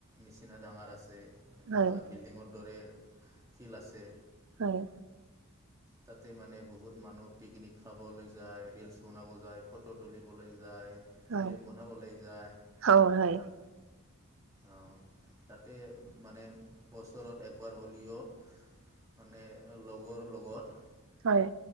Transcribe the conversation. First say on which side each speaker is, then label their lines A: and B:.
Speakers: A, on the right; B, on the right.
A: নিচিনা ডাঙৰ আছে। এনেকুৱা
B: হয়।
A: বিল্ডিঙৰ দৰে শিল আছে।
B: হয়।
A: তাতে মানে বহুত মানুহ পিকনিক খাবলৈ যায়, ৰিলচ বনাব যায়, ফটো তুলিবলৈ যায়। ফিল্ম
B: হয়
A: বনাবলৈ যায়
B: অ হয়
A: তাত অ, তাতে মানে বছৰত একবাৰ হ'লিও মানে লগৰ লগত।
B: হয়।